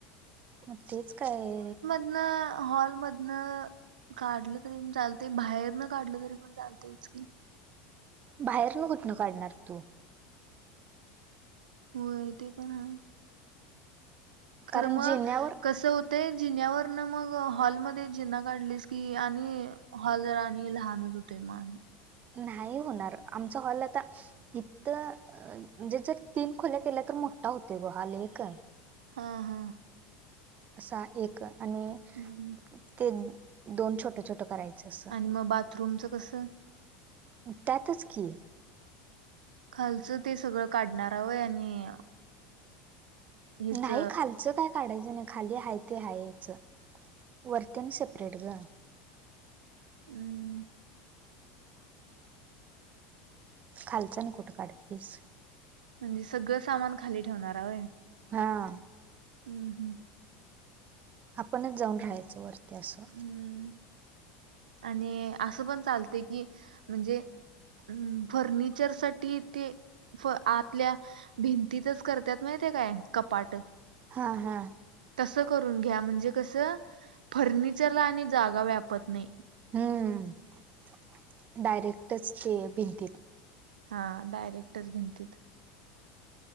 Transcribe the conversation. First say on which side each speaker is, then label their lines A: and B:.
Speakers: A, on the right; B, on the right.
A: मग तेच काय
B: न हॉल मधनं काढलं तरी पण चालतय बाहेर न काढलं तरी पण चालतय च की
A: बाहेरन कुठन काढणार तू
B: होय ते पण हाय खरं
A: कारण
B: मग
A: जिन्यावर
B: कसं होतय ते जिन्यावरन मग हॉलमध्ये जिना काढलीस की आणि हॉल आणि लहानच होतय मग आणि
A: नाही होणार आमचा हॉल आता हितं म्हणजे जर तीन खोल्या केल्या तर मोठा होतोय ग हॉल एक
B: हा हा
A: असा एक आणि
B: हम्म
A: ते दोन छोट छोट करायचं. असं
B: आणि मग बाथरूमच कसं
A: त्यातच की
B: खालचं ते सगळं काढणारा वंय आणि हेच
A: न्हाही खालचं काय काढायचं नाही खाली हाय ते हा यच वरती आणि सेपरेट ग
B: हम्म
A: खालच न कुठं काढतीस
B: म्हणजे सगळं सामान खाली ठेवणार हाय व्हय
A: हा
B: हम् हम्म
A: आपणच जाऊन राहायचं वरती असं
B: हम्म आणि असं पण चालते. की म्हणजे हम् फर्निचर साठी ते आतल्या भिंतीतच करतात. माहितीये काय कपाट
A: हा हा
B: तसं करून घ्या म्हणजे कस फर्निचरला आणि जागा व्यापत नाही.
A: हम्म डायरेक्टच ते भिंती
B: हा डायरेक्टच भिंतीत